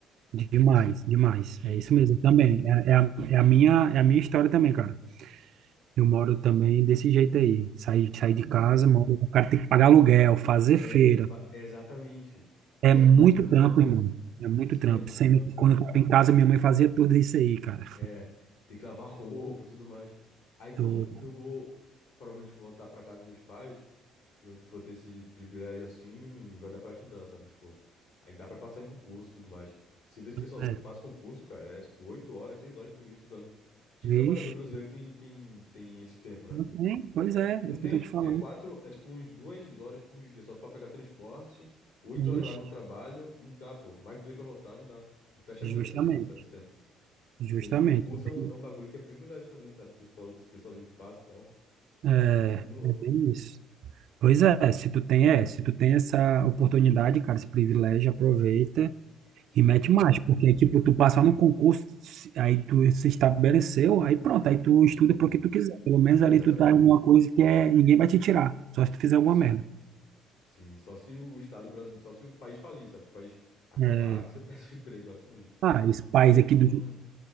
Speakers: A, on the right (about 55°); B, on the left (about 75°).
A: Demais, demais.
B: Muito,
A: É isso
B: muito,
A: mesmo, também.
B: muito.
A: É, é a, é a minha, é a minha história também, cara. Eu moro também desse jeito aí. Saí, saí de
B: Tu
A: casa,
B: sei.
A: moro, o cara tem que pagar aluguel, fazer
B: É,
A: feira.
B: fa- exatamente.
A: É
B: É
A: muito
B: muito
A: trampo,
B: louco,
A: irmão.
B: né?
A: É muito
B: Sim,
A: trampo.
B: é muito
A: Sendo
B: trampo,
A: que
B: cara.
A: quando eu tava em casa, minha mãe fazia tudo isso aí, cara.
B: É, Tem que lavar roupa e tudo mais. Aí, como
A: Tudo.
B: eu vou, provavelmente vou voltar pra casa dos meus pais, eu vou ter esse privilégio assim, vai dar pra estudar, sabe? Tipo, aí dá pra passar em concurso e tudo mais. Você vê esse pessoalzinho
A: É,
B: que passa concurso, cara, é tipo 8 horas, 6 horas por dia estudando. Que
A: vixe,
B: trabalhador brasileiro tem, tem, tem esse tempo, né?
A: Não tem? Pois é,
B: Não
A: é isso
B: tem.
A: que eu estou te falando.
B: É quatro, é tipo uns duas horas por dia só pra pegar transporte, oito horas
A: Ixi,
B: lá no trabalho, não dá, pô. Mais duas pra voltar, não dá. Não fecha
A: Justamente,
B: nunca essas- essa- esse tempo.
A: justamente.
B: Daí concurso
A: é
B: é um,
A: Bem-
B: é um bagulho que é privilégio também, sabe? Que os pessoal- esse pessoalzinho que passa e tal.
A: É,
B: É bem, bem louco.
A: é bem isso. Pois é, se tu tem, é, se tu tem essa oportunidade, cara, esse privilégio, aproveita
B: Sim,
A: e mete
B: exato.
A: mais, porque, tipo, tu passar no concurso, se- aí tu se estabeleceu, aí pronto, aí tu estuda
B: Sim,
A: pro que tu quiser. Pelo menos
B: exatamente.
A: ali tu tá em uma coisa que é, ninguém vai te tirar, só se tu fizer alguma
B: Sim,
A: merda.
B: sim. Só se o Estado brasileiro, só se o país falir, sabe? Se o país acabar,
A: É,
B: que você <laughs> perde o emprego, basicamente.
A: ah, esse
B: E
A: país
B: tu aí
A: aqui
B: com.
A: do